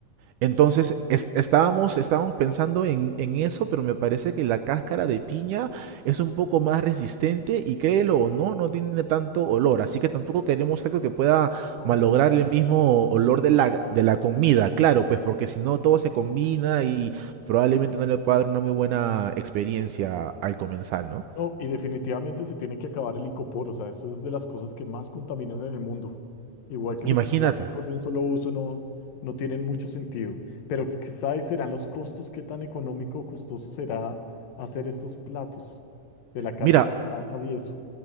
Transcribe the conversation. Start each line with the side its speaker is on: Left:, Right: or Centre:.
Right: Entonces, es- estábamos, estábamos pensando en, en eso, pero me parece que la cáscara de piña es un poco más resistente y créelo o no, no tiene tanto olor. Así que tampoco queremos algo que pueda
Left: Ah,
Right: malograr
Left: claro,
Right: el mismo olor de
Left: el
Right: la,
Left: plato.
Right: de la comida, claro, pues porque si no todo se combina y probablemente no le pueda dar una muy buena experiencia al comensal, ¿no?
Left: No, y definitivamente se tiene que acabar el icopor, o sea, eso es de las cosas que más contaminan en el mundo. Igual que
Right: Imagínate.
Left: los plásticos de un solo uso no, no tienen mucho sentido, pero es que, ¿sabes? serán los costos, qué tan económico o costoso será hacer estos platos de la cáscara
Right: Mira,
Left: de naranjas y eso.